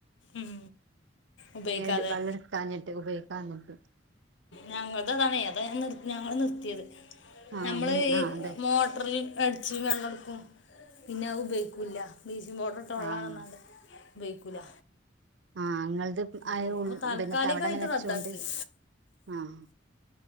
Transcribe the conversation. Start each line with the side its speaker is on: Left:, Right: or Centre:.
Left: ഉം ഉപയോഗിക്കാതെ
Right: ഏട് വള്ളട്ക്കാഞ്ഞിട്ട് ഉപയോഗിക്കാന്ന്ട്ട്
Left: ഞങ്ങൾതും അതാണെ അതാ ഞാൻ നിർ ഞങ്ങൾ നിർത്തിയത്
Right: ആഹ്
Left: നമ്മള്
Right: മിനി
Left: ഈ
Right: ആഹ് അതെ
Left: മോട്ടറിൽ അടിച്ച് വെള്ളം ഇട്ക്കും പിന്നെ അത് ഉപയോഗിക്കൂല്ല ബ്ലീച്ചിങ് പൗഡർ ഇട്ട വെള്ളാണ്
Right: ആഹ്
Left: പർഞ്ഞാട്ട് ഉപയോഗിക്കൂല
Right: ആ ഇങ്ങൾത്
Left: അപ്പൊ
Right: അയോ
Left: ഇപ്പൊ താൽക്കാലികായിട്ട്
Right: പിന്നെത്താ അവിടെന്നെ വെച്ചോണ്ട്
Left: റദ്ദാക്കി
Right: ആഹ്